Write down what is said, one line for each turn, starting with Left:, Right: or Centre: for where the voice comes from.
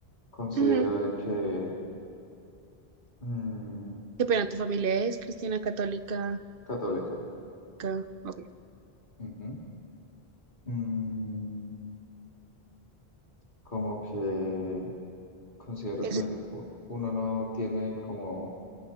Left: considero
Right: Ujú.
Left: de que Mm,
Right: Qué pena, tu familia es cristiana católica.
Left: católica.
Right: ca- Ok.
Left: Ujú. Mm, como que considero
Right: Eso
Left: que
Right: es-
Left: u- uno no tiene como